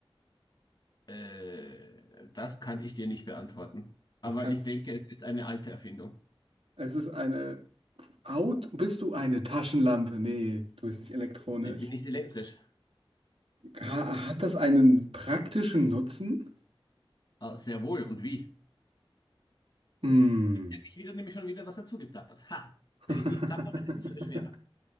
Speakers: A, on the left (about 45°); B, on the right (about 80°).
A: Äh, das kann ich dir nicht beantworten.
B: Das
A: Aber
B: kannst.
A: ich denke, es ist eine alte Erfindung.
B: Es ist eine Out. Bist du eine Taschenlampe? Nee, du bist nicht elektronisch.
A: Ich bin nicht elektrisch.
B: Ha hat das einen praktischen Nutzen?
A: Ah, sehr wohl. Und wie?
B: Hm.
A: Jetzt hätte ich wieder nämlich schon wieder was dazu geplappert. Ha!
B: <laughs>
A: Wenn ich nicht plappere, ist es schwerer.